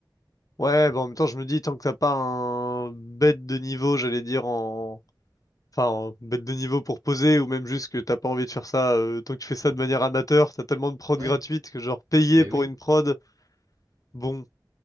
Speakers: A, on the left; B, on the right.
A: Ouais bah en même temps je me dis tant que t'as pas un bête de niveau j'allais dire en enfin en bête de niveau pour poser ou même juste que t'as pas envie de faire ça euh, tant que tu fais ça de manière amateur t'as tellement de prod
B: Ouais,
A: gratuites que genre payer
B: bah
A: pour
B: oui.
A: une prod bon